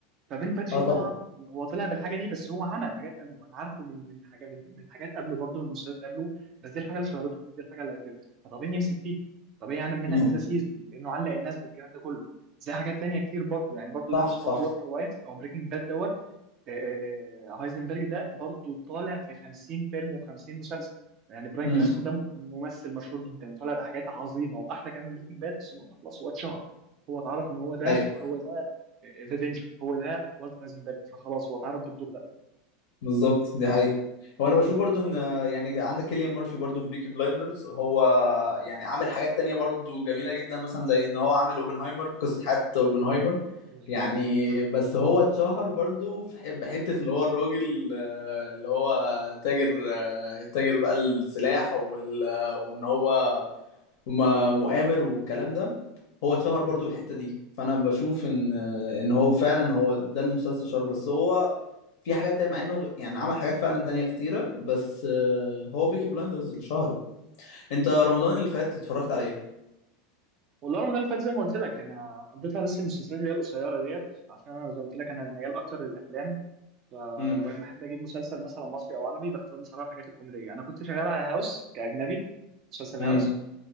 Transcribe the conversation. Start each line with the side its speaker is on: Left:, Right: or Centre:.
Right: فبن باتشي
Left: اه طبعا
Right: طبعا هو طلع بالحاجه دي بس هو عمل حاجات قبله انا عارفه من من حاجه من, من حاجات قبله برضه من مسلسلات قبله بس دي الحاجه اللي شهرته دي الحاجه اللي عرفته فطبيعي يمسك فيها طبيعي يعمل منها
Left: امم
Right: كذا سيزون لانه علق الناس بالكلام ده كله زي حاجات تانية كتير برضه يعني برضه
Left: صح
Right: ده شهر
Left: صح
Right: والتر وايت او بريكنج باد دوت آه، آه، هايزنبرج ده برضه طالع في 50 فيلم و50 مسلسل يعني براين
Left: امم
Right: كرانستون ده ممثل مشهور جدا وطالع بحاجات عظيمه واحلى كمان من بريكنج باد بس النقطه خلاص هو اتشهر هو اتعرف ان هو ده
Left: ايوه
Right: هو ده ذا دينجر هو ده والتر ايزنبرج فخلاص هو اتعرض بالدور ده
Left: بالظبط دي حقيقة هو انا بشوف برضو ان يعني عندك كيليان مورفي برضو في بيكي بلايندرز هو يعني عامل حاجات تانية برضو جميلة جدا مثلا زي ان هو عامل اوبنهايمر قصة حياة اوبنهايمر
Right: بالظبط
Left: يعني
Right: بالظبط
Left: بس هو اتشهر برضو في ح- بحتة اللي هو الراجل آه، اللي هو تاجر آه، تاجر بقى السلاح وال- آه، وان هو م- مؤامر والكلام ده هو اتشهر
Right: مم.
Left: برضو بالحتة دي فانا بشوف ان آه، ان هو فعلا هو ده المسلسل شهر بس هو في حاجات تانية مع انه يعني عمل حاجات فعلا تانية كتيرة بس آه، هو بيكي بلايندرز اللي شهره انت رمضان اللي فات اتفرجت على ايه؟
Right: والارم ده اللي فات زي ما قلت لك انا قضيتها بس المسلسلات اللي هي القصيره ديت عشان انا زي ما قلت لك انا ميال اكتر للافلام ف...
Left: امم
Right: ولما احب اجيب مسلسل مثلا مصري او عربي بختار بصراحه الحاجات الكوميديه انا كنت شغال على هاوس كاجنبي مسلسل هاوس
Left: امم